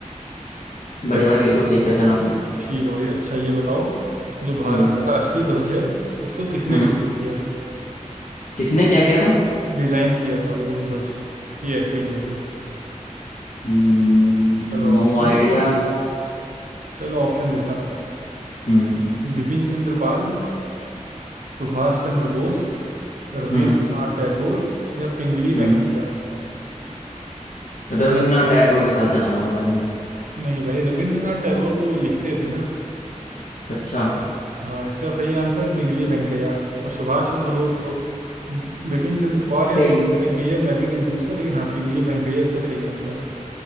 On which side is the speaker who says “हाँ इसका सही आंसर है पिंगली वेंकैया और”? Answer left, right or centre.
Right